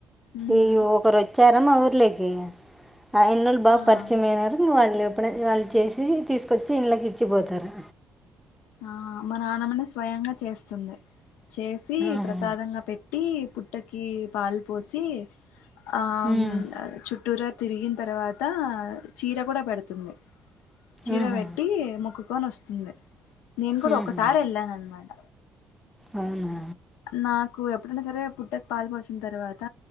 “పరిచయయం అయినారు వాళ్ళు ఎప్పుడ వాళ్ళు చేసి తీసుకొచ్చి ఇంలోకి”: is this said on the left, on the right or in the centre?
Centre